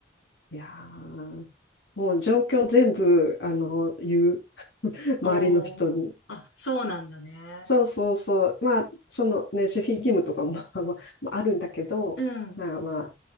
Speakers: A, on the left; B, on the left.
A: いやーもう状況全部、あの、言う。<laughs> 周りの人に。
B: おー、あ、そうなんだね。
A: そうそうそう。まあ、そのね、守秘義務とかも <laughs> まあ、まあ、あるんだけど、
B: うん、
A: まあまあ、